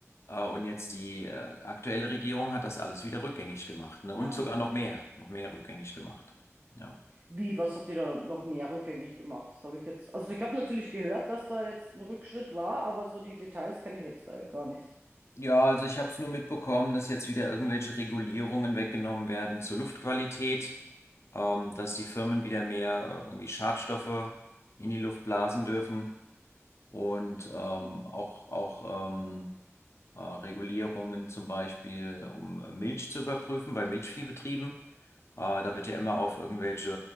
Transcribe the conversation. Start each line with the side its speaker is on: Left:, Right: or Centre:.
Left: Äh, und jetzt die äh, aktuelle Regierung hat das alles wieder rückgängig gemacht, ne? Und
Right: Ah.
Left: sogar noch mehr, noch mehr rückgängig gemacht. Ja.
Right: Wie, was hat die da noch mehr rückgängig gemacht? Das habe ich jetzt. Also ich habe natürlich gehört, dass da jetzt ein Rückschritt war, aber so die Details kenne ich jetzt da gar nicht.
Left: Ja, also ich habe es nur mitbekommen, dass jetzt wieder irgendwelche Regulierungen weggenommen werden zur Luftqualität, ähm, dass die Firmen wieder mehr äh, irgendwie Schadstoffe in die Luft blasen dürfen und ähm,
Right: Hm.
Left: auch, auch ähm, äh, Regulierungen zum Beispiel, um äh, Milch zu überprüfen bei Milchviehbetrieben. Äh, da wird ja immer auf irgendwelche